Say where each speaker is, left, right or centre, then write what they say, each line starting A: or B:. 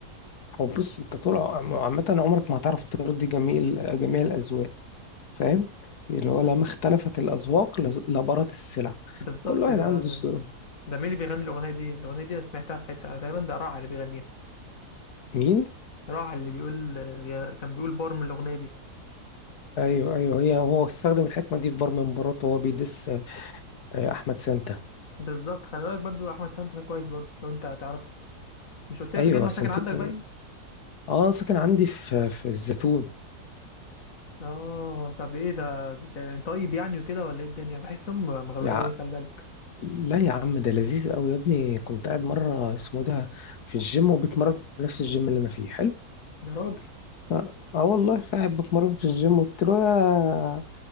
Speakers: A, on the left (about 75°); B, on the left (about 55°).
A: هو بص انت طول عم- عامه عمرك ما هتعرف ترضي جميع ال- جميع الاذواق فاهم اللي هو لما اختلفت الاذواق لز- لبرت السلع
B: بالظبط
A: كل واحد
B: ده,
A: عنده
B: ده,
A: ذوق.
B: ده مين اللي بيغني الاغنيه دي الاغنيه دي انا سمعتها في حته تقريبا ده راعي اللي بيغنيها
A: مين
B: راعي اللي بيقول كان بيقول بار من الاغنيه دي
A: ايوه ايوه هي هو استخدم الحكمه دي في بار من مراته وهو بيدس آه، احمد سانتا
B: بالظبط خلي بالك برضو احمد سانتا ده كويس برضو لو انت هتعرفه مش قلت لي
A: ايوه
B: قبل كده ان هو
A: سنتوت
B: ساكن عندك باين
A: اه ساكن عندي في في الزيتون
B: اه طب ايه ده, ده انت طيب يعني وكده ولا ايه الدنيا بحسهم مغرور
A: يا
B: قوي خلي بالك
A: لا يا عم ده لذيذ قوي يا ابني كنت قاعد مره اسمه ده في الجيم وبتمرن في نفس الجيم اللي انا فيه حلو
B: يا راجل
A: ف- اه والله قاعد بتمرن في الجيم قلت له يا